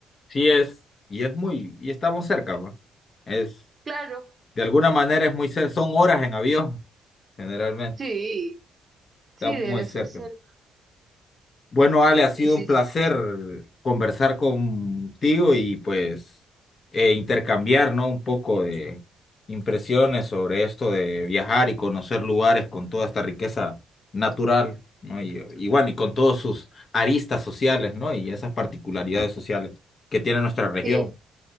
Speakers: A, on the left; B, on the right.
A: sí es, y es muy, y estamos cerca, pues. Es,
B: Claro,
A: de alguna manera es muy cerca, son horas en avión, generalmente,
B: sí,
A: está
B: sí,
A: muy
B: debe
A: cerca.
B: ser cerca.
A: Bueno, Ale, ha
B: Sí,
A: sido
B: sí,
A: un placer
B: sí.
A: conversar contigo y pues eh, intercambiar, ¿no? Un poco de impresiones sobre esto de viajar y conocer lugares con toda esta riqueza natural, ¿no? Y, y bueno, y con todos sus aristas sociales, ¿no? Y esas particularidades sociales que tiene nuestra región.
B: Sí.